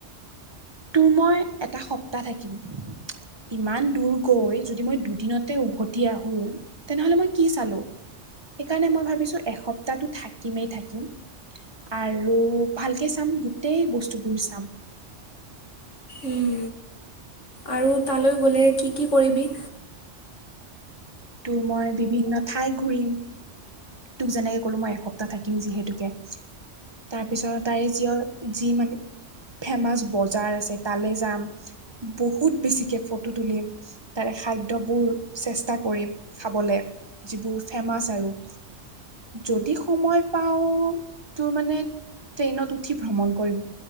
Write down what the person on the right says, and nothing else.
তোৰ মই এটা সপ্তাহ থাকিম। ইমান দূৰ গৈ যদি মই দুদিনতে উভতি আহো তেনেহ'লে মই কি চালো। সেইকাৰণে মই ভাবিছোঁ এসপ্তাহটো থাকিমেই থাকিম আৰু ভালকে চাম গোটেই বস্তুবোৰ চাম।
তোৰ মই বিভিন্ন ঠাই ঘূৰিম। তোক যেনেকে ক'লো মই এসপ্তাহ থাকিম যিহেতুকে। তাৰপিছত তাৰে যি অ' যি মানে ফেমাচ বজাৰ আছে তালৈ যাম, বহুত বেছিকে ফটো তুলিম। তাৰে খাদ্যবোৰ চেষ্টা কৰিম খাবলে যিবোৰ ফেমাচ আৰু যদি সময় পাও তোৰ মানে- ট্ৰেইনত উঠি ভ্ৰমণ কৰিম